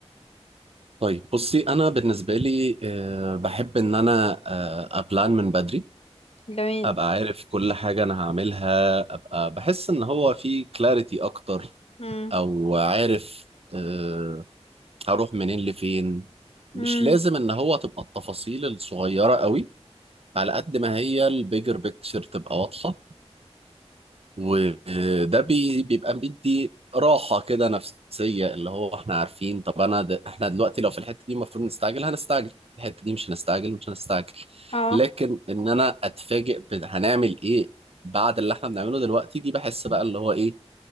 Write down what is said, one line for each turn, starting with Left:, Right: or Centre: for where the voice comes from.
Right: طيب بصي انا بالنسبة لي أه... بحب ان انا أه... ابلان من بدري
Left: جميل
Right: ابقى عارف كل حاجة انا هعملها ابقى بحس ان هو في كلاريتي اكتر
Left: امم
Right: او عارف أه... هروح منين لفين مش
Left: امم
Right: لازم ان هو تبقى التفاصيل الصغيرة قوي على قد ما هي البيجر بيكتشر تبقى واضحة وده بي بيبقى بيدي راحة كده نفسية اللي هو احنا عارفين طب انا د... احنا دلوقتي لو في الحتة دي المفروض نستعجل هنستعجل الحتة دي مش هنستعجل مش هنستعجل
Left: اه
Right: لكن ان انا اتفاجئ ب... هنعمل ايه بعد اللي احنا بنعمله دلوقتي دي بحس بقى اللي هو ايه